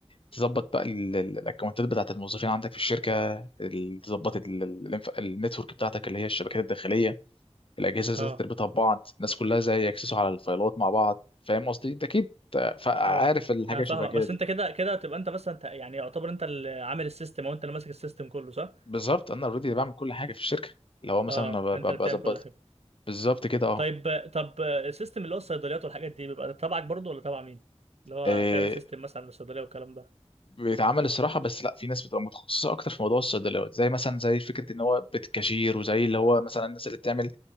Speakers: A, on the left; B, on the right.
A: تظبط بقى ال- ال- الاكونتات بتاعت الموظفين عندك في الشركه ال- تظبط ال- ال- الانف- النتورك بتاعتك اللي هي الشبكات الداخليه الاجهزه ازاي
B: اه
A: تربطها ببعض الناس كلها ازاي يكسسوا على الفايلات مع بعض فاهم قصدي انت اكيد عارف
B: ايوه
A: الحاجه
B: اه فاهمك
A: شبه كده
B: بس
A: دي
B: انت كده كده تبقى انت مثلا ت- يعني يعتبر انت اللي عامل السيستم او انت اللي ماسك السيستم كله صح؟
A: بالظبط انا اوريدي بعمل كل حاجه في الشركه اللي هو مثلا
B: اه
A: أنا ب-
B: انت
A: ب-
B: اللي
A: بظبط
B: بتعمل كل حاجة
A: بالظبط كده اه
B: طيب طب السيستم اللي هو الصيدليات والحاجات دي بيبقى تبعك برضو ولا تبع مين؟ اللي هو
A: آه،
B: تعمل سيستم مثلا للصيدلية والكلام ده
A: بيتعمل الصراحه بس لا في ناس بتبقى متخصصه اكتر في موضوع الصيدليات زي مثلا زي فكره ان هو بيت كاشير وزي اللي هو مثلا الناس اللي بتعمل